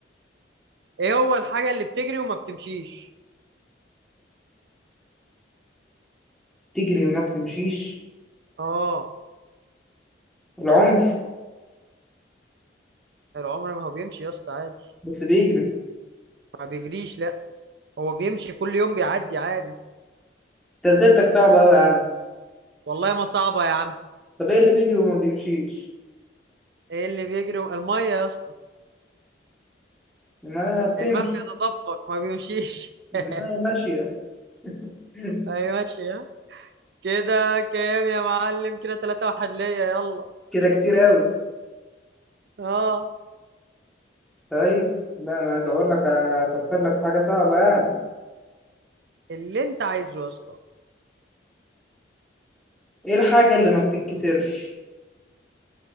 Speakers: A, on the right (about 65°); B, in the centre.
A: ايه هو الحاجه اللي بتجري وما بتمشيش
B: تجري وما بتمشيش
A: اه
B: العمر
A: العمر ما هو بيمشي يا اسطى عادي
B: بس بيجري
A: ما بيجريش لا هو بيمشي كل يوم بيعدي عادي
B: انت اسئلتك صعبة أوي يا عم
A: والله ما صعبه يا عم
B: طب ايه اللي بيجري وما بيمشيش
A: ايه اللي بيجري و- الميه يا اسطى
B: ما بتمشي
A: الماء بيتدفق ما بيمشيش
B: ما
A: <laughs>
B: ماشية <laughs>
A: ايوه ماشي ها؟ كده كام يا معلم كده 3 واحد ليا يلا
B: كده كتير أوي
A: اه
B: طيب لا انا ادور لك افكر لك في حاجة صعبة يعني
A: اللي انت عايزه يا اسطى
B: ايه الحاجة اللي ما بتتكسرش